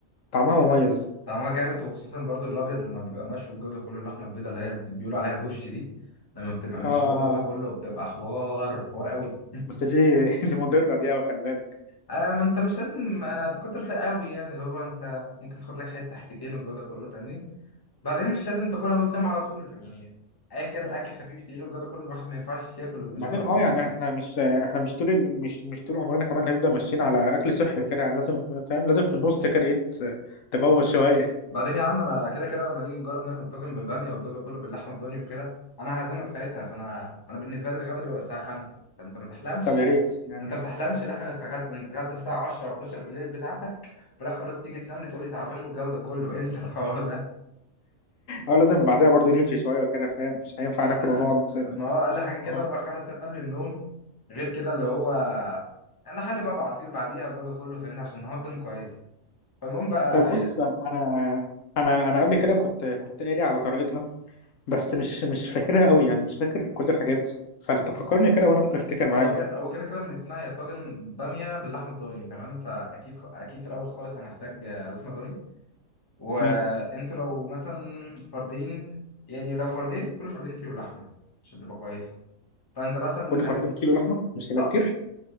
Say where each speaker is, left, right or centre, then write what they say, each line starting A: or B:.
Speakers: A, on the left; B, on the left.
A: طعمها مميز
B: طعمها جامد وخصوصا برضو الابيض لما بيبقى مشوي الجو ده كله اللحمه البيضاء اللي هي اللي بيقولوا عليها دوش دي لما بتبقى مشويه
A: أه
B: الجو ده كله بتبقى حوار حوار قوي
A: بس دي <laughs> دي مضرة دي أوي خلي بالك
B: آه ما انت مش لازم آه تكتر فيها قوي يعني اللي هو انت ممكن تاخد لك حته حتتين والجو ده كله فاهمني بعدين مش لازم تاكلها وتنام على طول يعني ايا كان الاكل خفيف تقيل والجو ده كله الواحد ما ينفعش ياكل وينام
A: بعدين
B: على
A: اه
B: طول
A: يعني احنا مش احنا مش طول ال- مش مش طول عمرنا كمان هنفضل ماشيين على اكل صحي كده يعني لازم ف- فاهم لازم في النص كده ايه ت- تبوظ شويه
B: بعدين يا عم انا كده كده لما نيجي نجرب نعمل طاجن بالباميه والجدو كله باللحمه الضاني وكده انا هعزمك ساعتها فانا انا بالنسبه لي الغدا بيبقى الساعه 5 فانت ما تحلمش
A: طب يا ريت يعني
B: انت ما تحلمش ان احنا نتغدى نتغدى الساعه 10 و11 بالليل بتاعتك في الاخر خلاص تيجي تنام لي تقول لي تعبان والجو ده كله <laughs> انسى الحوار ده
A: اه لازم بعدها برضه نمشي شويه كده فاهم مش هينفع
B: آه،
A: ناكل ونقعد
B: ما هو اقل حاجه كده
A: اه
B: اربع خمس ساعات قبل النوم غير كده اللي هو انا حل بقى بعصير بعديها والجو ده كله فاهمني عشان نهضم كويس فالمهم بقى
A: طيب بص انا انا انا قبل كده كنت كنت قاري على طريقتها بس مش مش فاكرها قوي يعني مش فاكر كل الحاجات فانت
B: بص
A: فكرني كده وانا ممكن افتكر معاك
B: هو
A: برضه
B: ك- هو كده كده من اسمها يا طاجن باميه باللحمه الضاني تمام فاكيد خ- اكيد في الاول خالص هنحتاج آه، لحمه ضاني وانتوا
A: مم.
B: لو مثلا فردين يعني لو فردين كل فردين كيلو لحمه عشان تبقى كويسه فانت مثلا
A: كل فردين
B: إح-
A: كيلو لحمه مش هيبقى
B: اه
A: كتير